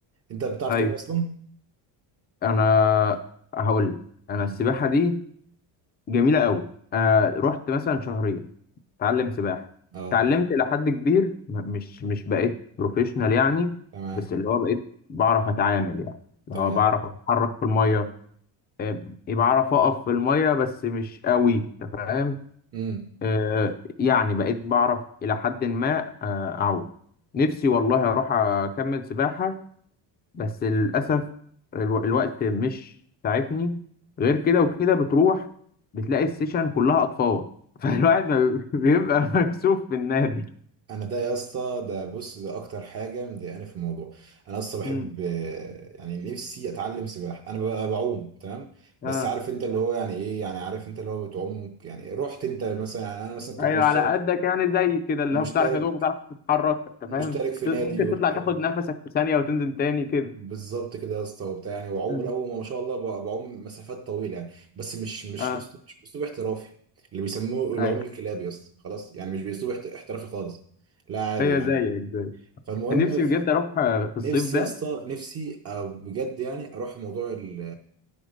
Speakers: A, on the right (about 30°); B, on the left (about 20°).
A: انت بتعرف
B: طيب
A: تعوم اصلا؟
B: انا هقول لك انا
A: امم
B: السباحه دي جميلة قوي آه رحت مثلا شهرين اتعلم سباحة
A: اه
B: اتعلمت إلى حد كبير م- مش مش بقيت بروفيشنال يعني
A: تمام
B: بس اللي هو بقيت بعرف أتعامل يعني اللي
A: تمام
B: هو بعرف أتحرك في المية آه، يعني بعرف أقف في المية بس مش قوي أنت فاهم
A: امم
B: آه يعني بقيت بعرف إلى حد ما آه أعوم نفسي والله أروح أكمل سباحة بس للأسف الو... الوقت مش ساعدني غير كده وكده بتروح بتلاقي السيشن كلها أطفال <laughs> فالواحد ما بي- بيبقى مكسوف في النادي
A: انا ده يا اسطى ده بص ده اكتر حاجه مضايقاني في الموضوع انا اصلا بحب
B: مم.
A: يعني نفسي اتعلم سباحه انا ببقى بعوم تمام بس
B: اه
A: عارف انت اللي هو يعني ايه يعني عارف انت اللي هو بتعوم من- يعني رحت انت مثلا يعني انا مثلا كنت
B: ايوه
A: مشترك
B: على قدك يعني زي كده اللي
A: مشترك
B: هو بتعرف يا دوبك بتعرف تتحرك انت فاهم
A: مشترك في
B: ت-
A: نادي
B: ممكن
A: وبتاع
B: تطلع تاخد نفسك في ثانية وتنزل تاني كده
A: بالظبط كده يا اسطى وبتاع يعني وعوم
B: مم.
A: الاول ما شاء الله ب- بعوم مسافات طويله يعني بس مش مش
B: اه
A: اسلوب مش اسلوب احترافي اللي بيسموه العوم
B: ايوه
A: الكلابي يا اسطى خلاص يعني مش باسلوب احت- احترافي خالص لا عادي
B: هي
A: يعني
B: زيك زيك
A: فالمهم
B: نفسي بجد اروح آه، في الصيف
A: نفسي
B: ده
A: يا اسطى نفسي أو بجد يعني اروح موضوع ال